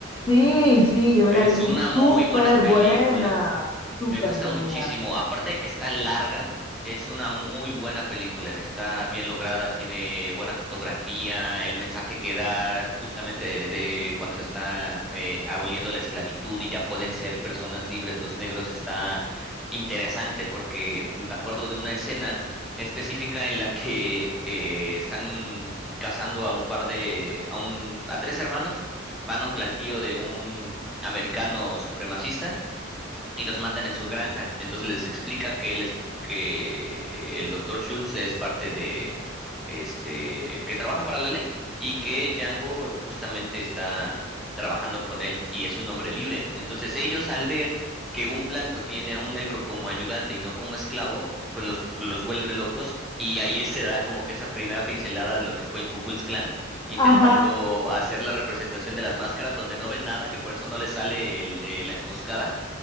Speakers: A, on the left (about 20°); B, in the centre.
A: Sí, sí, yo me
B: Es
A: la he visto,
B: una
A: es súper
B: muy buena película.
A: buena, súper
B: Me gusta
A: buena.
B: muchísimo. Aparte de que está larga, es una muy buena película. Está bien lograda, tiene buena fotografía, el mensaje que da justamente de, de cuando se está eh, aboliendo la esclavitud y ya pueden ser personas libres los negros está interesante porque me acuerdo de una escena específica en la que eh, están cazando a un par de, a un, a tres hermanos, van a un plantío de un americano supremacista y los matan en su granja. Y entonces les explica que él es, que eh, el doctor Schultz es parte de, este, que trabaja para la ley y que Django justamente está trabajando con él y es un hombre libre. Entonces ellos al ver que un blanco tiene a un negro como ayudante y no como esclavo, pues los, los vuelve locos. Y ahí <laughs> se da como que esa primera pincelada de lo que fue el Ku Klux Klan, intentando
A: Ajá,
B: hacer la representación de las máscaras donde no ven nada, que por eso no les sale el- eh, la emboscada,